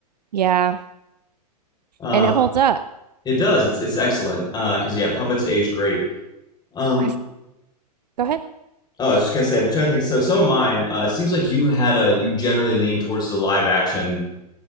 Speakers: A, on the right; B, on the left.
A: Yeah,
B: Uh,
A: and it holds up.
B: It does. It's it's excellent. Uh, because yeah, puppets age great. Um,
A: I go ahead.
B: oh, I was just gonna say, I'm trying to think. So some of mine, uh, it seems like you had a you generally lean towards the live action